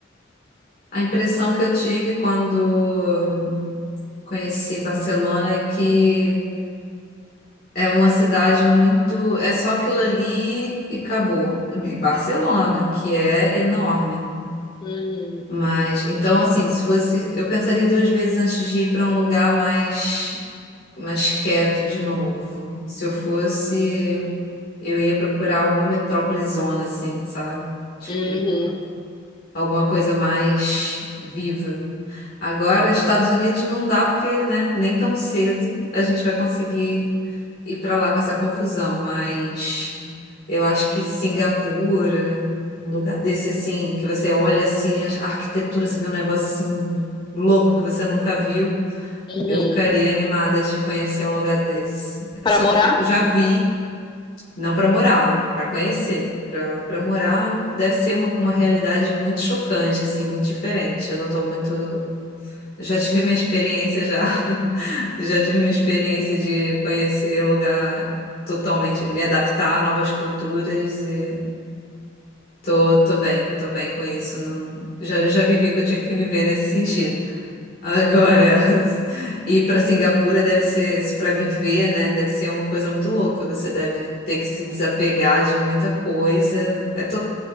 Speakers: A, on the left (about 50°); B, on the left (about 25°).
A: A impressão que eu tive quando hum, conheci Barcelona é que É uma cidade muito. É só aquilo ali e acabou. E Barcelona, que é enorme.
B: Uhum,
A: Mas, então, assim, se fosse. Eu pensaria duas vezes antes de ir para um lugar mais, mais quieto de novo. Se eu fosse, eu ia procurar alguma metrópole zona, assim, sabe? Tipo,
B: uhum,
A: alguma coisa mais viva. Agora, Estados Unidos não dá porque, né, nem tão cedo a gente vai conseguir ir para lá com essa confusão, mas eu acho que Singapura, um lugar desse assim, que você olha assim, a arquitetura, você vê um negócio assim louco que você nunca viu,
B: uhum.
A: eu ficaria animada de conhecer um lugar desse.
B: Para
A: Só
B: morar?
A: que já vi, não para morar, para conhecer. Para morar deve ser uma, uma realidade muito chocante, assim, muito diferente. Eu não estou muito eu já tive minha experiência já. <laughs> Já tive minha experiência de conhecer lugar totalmente, me adaptar a novas culturas e tô, tô bem, tô bem com isso. Não, já, já vivi o que eu tinha que viver nesse sentido. Agora, <laughs> ir para Singapura deve ser, para viver, né? Deve ser uma coisa muito louca. Você deve ter que se desapegar de muita coisa. É to-